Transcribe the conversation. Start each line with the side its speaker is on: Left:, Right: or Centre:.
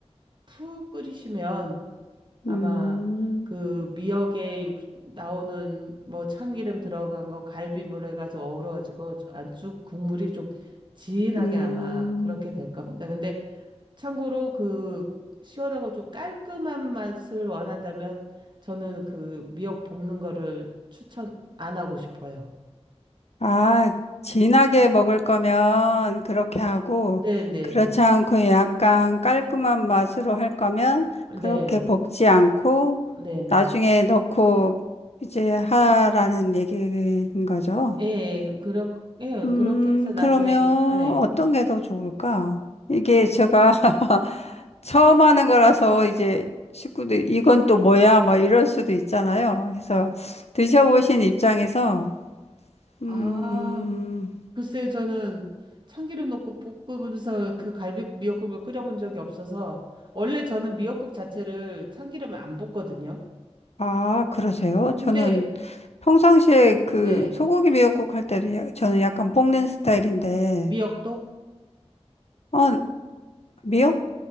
Right: 푹 끓이시면 아마
Left: 음,
Right: 그 미역에 육, 나오는 뭐 참기름 들어간 거 갈비물 해가지고 어우러지고 안쪽 국물이 좀 진하게
Left: 음.
Right: 아마 그렇게 될 겁니다. 근데 참고로 그 시원하고 좀 깔끔한 맛을 원한다면 저는 그 미역 볶는 거를 추천 안 하고 싶어요.
Left: 아, 진하게 먹을 거면 그렇게 하고,
Right: 네네네.
Left: 그렇지 않고 약간 깔끔한 맛으로 할 거면 그렇게
Right: 네.
Left: 볶지 않고,
Right: 네네.
Left: 나중에 넣고 이제 하라는 얘기인 거죠.
Right: 예, 그렇, 예,
Left: 음,
Right: 그렇게 해서 나중에,
Left: 그러면
Right: 네.
Left: 어떤 게 더 좋을까? 이게 제가 <laughs> 처음 하는 거라서 이제 식구들 이건 또 뭐야? 뭐 이럴 수도 있잖아요. 그래서 드셔보신 입장에서, 음,
Right: 아, 글쎄, 저는 참기름 넣고 볶으면서 그 갈비 미역국을 끓여본 적이 없어서, 원래 저는 미역국 자체를 참기름을 안 볶거든요.
Left: 아, 그러세요? 저는
Right: 근데,
Left: 평상시에 그
Right: 네,
Left: 소고기 미역국 할 때도 야- 저는 약간 볶는 스타일인데,
Right: 미역도?
Left: 어, 미역?